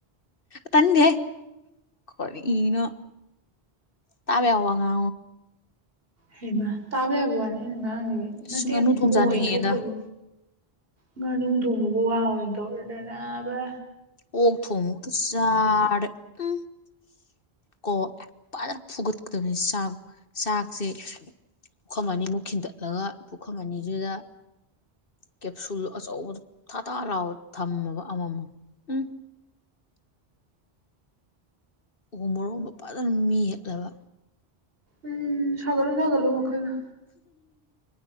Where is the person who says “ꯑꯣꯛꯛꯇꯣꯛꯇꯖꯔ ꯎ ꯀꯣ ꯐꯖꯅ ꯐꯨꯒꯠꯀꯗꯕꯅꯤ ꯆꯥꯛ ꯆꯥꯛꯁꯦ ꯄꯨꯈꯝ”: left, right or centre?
Left